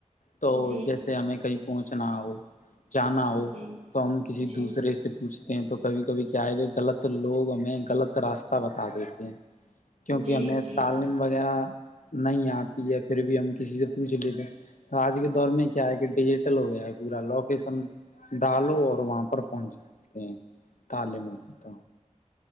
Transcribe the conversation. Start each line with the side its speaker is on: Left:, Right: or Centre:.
Left: تو
Right: جی
Left: جیسے ہمیں کہیں پہنچھنا ہو جانا ہو
Right: جی
Left: تو ہم کسی
Right: جی
Left: دوسرے سے پوچھتے ہیں تو کبھی کبھی کیا آئے گا غلط لوگ ہمیں غلط راستہ بتا دیتے ہیں کیونکہ
Right: جی
Left: ہمیں
Right: جی
Left: تعلیم وغیرہ نہیں آتی ہے پھر بھی ہم کسی سے پوچھ لیتے تو آج کے دور میں کیا ہے کہ ڈیجیٹل ہو گیا ہے پورا لوکیشن ڈالو اور وہاں پر پہنچا دیتے ہیں تال م تو